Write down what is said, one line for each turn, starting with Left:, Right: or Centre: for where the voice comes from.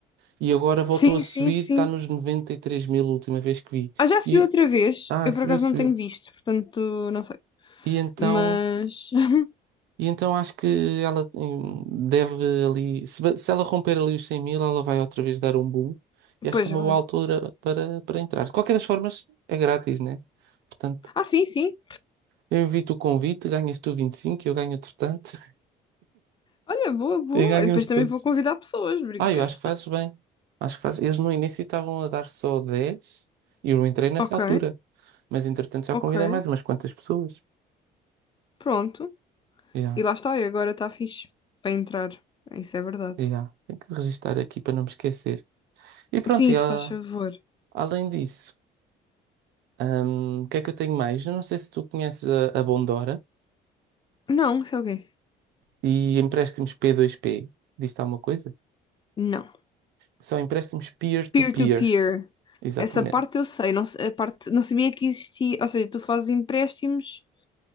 Right: e agora voltou
Left: Sim,
Right: a subir,
Left: sim, sim.
Right: está nos 93 mil, a última vez que vi.
Left: Ah, já subiu
Right: E,
Left: outra vez.
Right: ah,
Left: Eu
Right: subiu,
Left: por acaso
Right: subiu.
Left: não tenho visto, portanto, não sei.
Right: E então.
Left: Mas. <laughs>
Right: E então acho que ela hum, deve ali. Se, ba- se ela romper ali os 100 mil, ela vai outra vez dar um boom. E acho
Left: Pois
Right: que é uma
Left: vai.
Right: boa altura para, para entrar. De qualquer das formas, é grátis, né? Portanto,
Left: Ah, sim, sim.
Right: eu invito o convite, ganhas tu 25, eu ganho outro tanto, <laughs>
Left: Olha, boa, boa.
Right: e ganhamos
Left: E depois
Right: todos.
Left: também vou convidar pessoas, brincas.
Right: Ah, eu acho que fazes bem. Acho que fazes. Eles no início estavam a dar só 10 e eu não entrei nessa
Left: Ok,
Right: altura. Mas entretanto já
Left: ok.
Right: convidei mais umas quantas pessoas.
Left: Pronto.
Right: Já,
Left: E lá está, e agora está fixe para entrar. Isso é verdade.
Right: já. Tenho que registar aqui para não me esquecer. E pronto,
Left: Sim,
Right: e,
Left: se
Right: ah,
Left: faz favor.
Right: além disso. Ahm, o que é que eu tenho mais? Eu não sei se tu conheces a, a Bondora
Left: Não, isso é o quê?
Right: e empréstimos P2P. Diz-te alguma coisa?
Left: Não.
Right: São empréstimos peer-to-peer.
Left: Peer-to-peer.
Right: Exatamente.
Left: Essa parte eu sei, não, se- a parte, não sabia que existia. Ou seja, tu fazes empréstimos